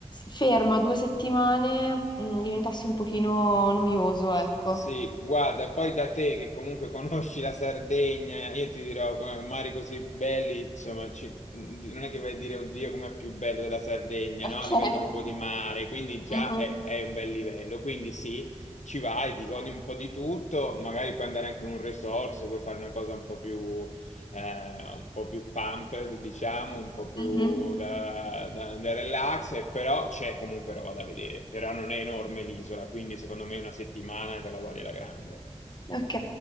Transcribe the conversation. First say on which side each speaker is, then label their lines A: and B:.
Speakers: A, on the left; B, on the left.
A: ferma due settimane, mh, diventasse un pochino noioso,
B: S-
A: ecco.
B: Sì, guarda, poi da te che comunque conosci la Sardegna, io ti dirò, come mari così belli, insomma, ci- non è che vai a dire, oddio, com'è più bello della Sardegna,
A: Ok.
B: no? A livello proprio di mare, quindi già
A: Mhm.
B: è, è un bel livello. Quindi sì, ci vai, ti godi un po' di tutto, magari puoi andare anche in un resort se vuoi fare una cosa un po' più eh, un po' più pumped, diciamo, un po' più
A: Mhm.
B: da, da- da relax, e però c'è comunque roba da vedere, però non è enorme l'isola, quindi secondo me una settimana te la godi alla grande.
A: Ok,